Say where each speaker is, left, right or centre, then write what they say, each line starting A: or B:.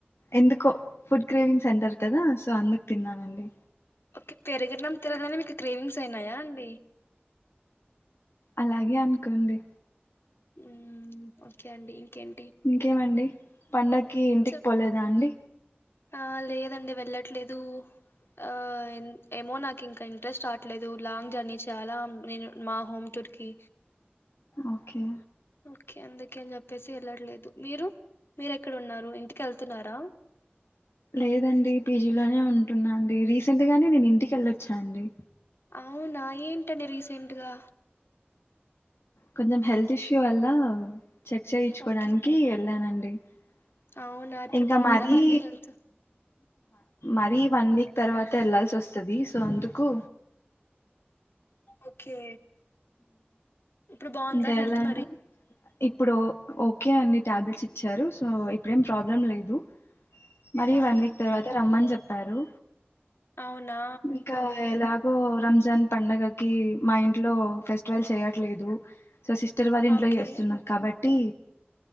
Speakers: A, on the left (about 90°); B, on the left (about 70°).
A: ఎందుకో ఫుడ్ క్రేవింగ్ సెంటర్ కదా సో అందుకు తిన్నానండి.
B: ఓకే పెరుగన్నం తినగానే, మీకు క్రేవింగ్స్ అయినాయా అండి.
A: అలాగే అనుకోండి.
B: ఉమ్ ఓకే అండి. ఇంకేంటి
A: ఇంకేమండి పండక్కి ఇంటికి
B: సో
A: పోలేదా అండి.
B: ఆ లేదండి. వెళ్ళట్లేదు. ఆ ఏమో నాకు ఇంకా ఇంట్రెస్ట్ రావట్లేదు. లాంగ్ జర్నీ చేయాలా, నేను మా హోమ్ టూర్ కి.
A: ఓకే
B: ఓకే అందుకే అని చెప్పేసి వెళ్లట్లేదు. మీరు మీరెక్కడ ఉన్నారు. ఇంటికి వెళ్తున్నారా.
A: లేదండి పీజీలోనే ఉంటున్నా అండి. రీసెంట్ గానే నేను ఇంటికెళ్ళొచ్చాను అండి.
B: అవున ఏం డి రీసెంట్ గా
A: కొంచెం హెల్త్ ఇష్యూ వల్ల చెక్ చేయించుకోవడానికి
B: ఓకే
A: ఎళ్ళానండి. డి
B: అవునా ఇప్పుడు
A: ఇంకా
B: బాగుందా
A: మరీ
B: మరి మీ హెల్త్
A: మరీ వన్ వీక్ తర్వాత వెళ్లాల్సి ఓస్ స్తది సో అందుకు
B: ఓకే ఇప్పుడు బాంద
A: ఇంకా
B: హెల్త్
A: ఎలా
B: మరి
A: ఇప్పుడు ఓకే అండి టాబ్లెట్స్ ఇచ్చారు. సో ఇప్పుడేం ప్రాబ్లం లేదు. మరి
B: మ్హూ.
A: వన్ వీక్ తర్వాత రమ్మని చెప్పారు.
B: అవునా
A: ఇంకా ఎలాగో రంజాన్ పండగ కి మా ఇంట్లో ఫెస్టివల్ చేయట్లేదు. సో సిస్టర్ వాళ్ళ ఇంట్లో
B: ఓకే
A: చేస్తున్న కాబట్టి టి